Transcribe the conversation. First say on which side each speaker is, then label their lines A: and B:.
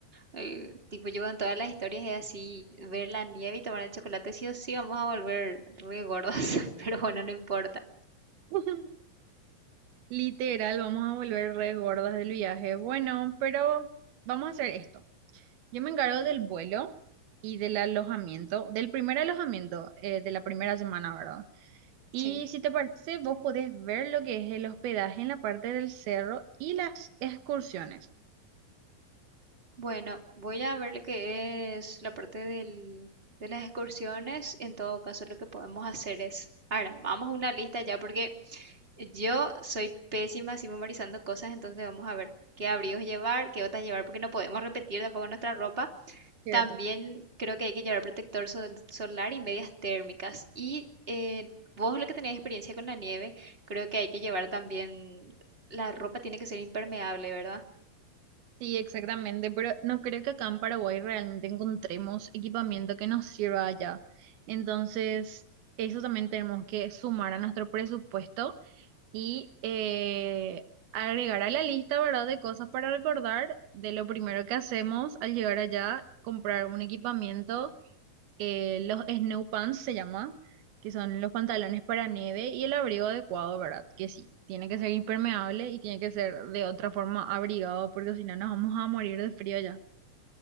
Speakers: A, on the right (about 20°); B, on the right (about 85°).
A: eh, tipo yo en todas las historias es así, ver la nieve y tomar el chocolate, sí o sí vamos a volver re gordas, <laughs> pero bueno, no importa.
B: <laughs> Literal, vamos a volver re gordas del viaje. Bueno, pero vamos a hacer esto. Yo me encargo del vuelo y del alojamiento, del primer alojamiento eh, de la primera semana, ¿verdad? Y
A: Sí.
B: si te parece, vos podés ver lo que es el hospedaje en la parte del cerro y las excursiones.
A: Bueno, voy a ver lo que es la parte del- de las excursiones. En todo caso, lo que podemos hacer es armamos una lista ya, porque yo soy pésima así memorizando cosas, entonces vamos a ver qué abrigos llevar, qué botas llevar, porque no podemos repetir tampoco nuestra ropa.
B: Cierto.
A: También creo que hay que llevar protector sol- solar y medias térmicas. Y eh, vos, lo que tenés experiencia con la nieve, creo que hay que llevar también, la ropa tiene que ser impermeable, ¿verdad?
B: Sí, exactamente, pero no creo que acá en Paraguay realmente encontremos equipamiento que nos sirva allá. Entonces, eso también tenemos que sumar a nuestro presupuesto y eh, agregar a la lista, ¿verdad?, de cosas para recordar de lo primero que hacemos al llegar allá, comprar un equipamiento eh, los snow pants se llama, que son los pantalones para nieve y el abrigo adecuado, ¿verdad? Que sí, tiene que ser impermeable y tiene que ser de otra forma abrigado porque si no nos vamos a morir de frío ya.